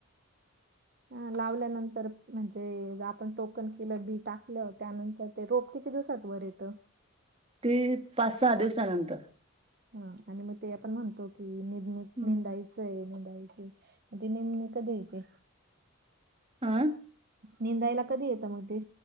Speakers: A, on the right; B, on the right.
A: अ लावल्यानंतर म्हणजे आपण टोकन केलं बी टाकलं त्यानंतर. ते रोप किती दिवसात वर येत?
B: ती पाच सहा दिवसानंतर
A: हा आणि मग ते आपण म्हणतो की नि
B: हम्म
A: निंदायचंय निंदायचं. म तेे निमे कधी येते?
B: हं
A: निंदायला कधी येतं मग ते?